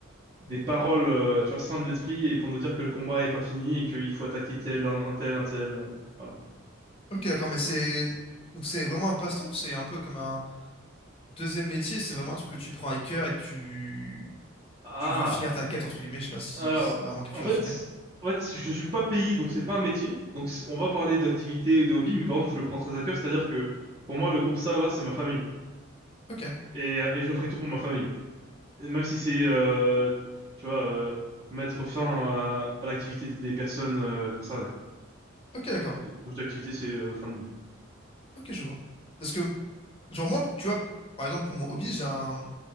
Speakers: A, on the right; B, on the left.
A: des paroles, euh, tu vois, saintes d'esprit et pour nous dire que le combat n'est pas fini et qu'il faut attaquer tel, un, un tel, un tel. euh, voilà.
B: Ok, d'accord, mais c'est. Donc, c'est vraiment un passe-temps ou c'est un peu comme un. Deuxième métier, c'est vraiment un truc que tu prends à cœur et que tu,
A: Ah!
B: tu veux finir ta quête, entre guillemets. Je sais pas si
A: Alors,
B: c'est vraiment quelque
A: en
B: chose
A: fait...
B: à finir.
A: En fait, je suis pas payé, donc c'est pas un métier. Donc c- on va parler d'activité ou de hobby, mais par contre, je le prends très à cœur. C'est-à-dire que pour moi, le groupe ça, là, c'est ma famille.
B: Ok,
A: et, euh, et je ferai tout pour ma famille. Et Même si c'est, euh, tu vois, euh, mettre fin à, à l'activité des personnes euh, concernées.
B: ok, d'accord.
A: Et Quand je dis activité, c'est euh, fin de vie.
B: Ok, je vois. Parce que, genre, moi, tu vois, par exemple, pour mon hobby, j'ai un,